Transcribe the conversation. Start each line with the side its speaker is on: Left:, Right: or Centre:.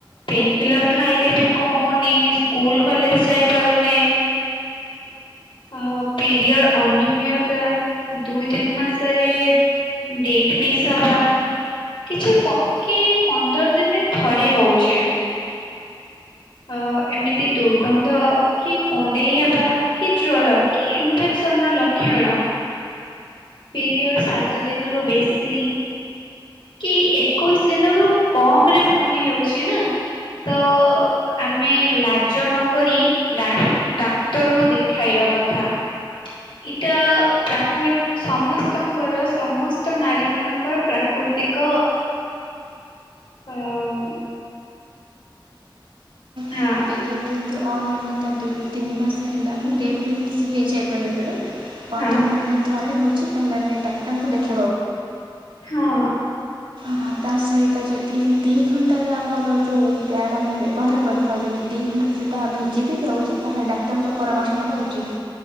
Left: ପେନ୍ କିଲର ଖାଇଲେ ବି କମୁନି ସ୍କୁଲ କଲେଜ ଯାଇପାରୁନେ। ଆଉ ପିରିୟଡ଼ ଅନିୟମତା। ଦୁଇ ତିନି ମାସରେ ଡେଟ୍ ମିସ୍ ହବା। କିଛି କି ପନ୍ଦର ଦିନ ରେ ଥରେ ହଉଚେ। ଅ ଏମିତି ଦୁର୍ଗନ୍ଧ କି କୁଣ୍ଡେଇ ହେବା କି ଜ୍ଵର କି ଇନ୍ଫେକ୍ ସନ ର ଲକ୍ଷଣ ପିରିୟଡ଼ ସାତ ଦିନରୁ ବେଶୀ କି ଏକୋଇଶି ଦିନରୁ କମ ରେ ପୁଣି ହେଉଛି ନା। ତ ଆମେ ଲାଜ ନକରି ଡା ଡାକ୍ତରଙ୍କୁ ଦେଖେଇବା। କଥା ଏଇଟା ପ୍ରାକୃ ସମସ୍ତଙ୍କର ସମସ୍ତ ନାରୀ ମାନଙ୍କର ପ୍ରାକୃତି ତିକ ଅ ହଁ
Right: ପିରିୟଡ଼ ରେ ଏମିତି ଅନିମିୟତା ଡେଟ୍ ତିନି ମାସ୍ ହେଲା
Left: ହୁଁ
Right: ଡେଟ୍ ବି ମିସ୍ ହେଇଯାଏ ବେଳେ ବେଳେ। ପନ୍ଦର
Left: ହଁ
Right: ଦିନରେ ଥରେ ହେଉଛି ତାହେଲେ ଆମେ ଡାକ୍ତରଙ୍କୁ ଦେଖ
Left: ହଁ।
Right: ହଁ ତା ସହିତ ଯଦି ଦି ଘଣ୍ଟାରେ ଆମର ଯୋଉ ପ୍ୟାଡ୍ ଆମେ ବ୍ୟ ବହାର କରିଥାଉ। ଯଦି ଦୁଇ ଘଣ୍ଟାରେ ସେଇଟା ଭିଜି ବି ଯାଉଛି ତାହେଲେ ଡାକ୍ତରଙ୍କ ପରାମର୍ଶ ନେବା ଉଚିତ୍।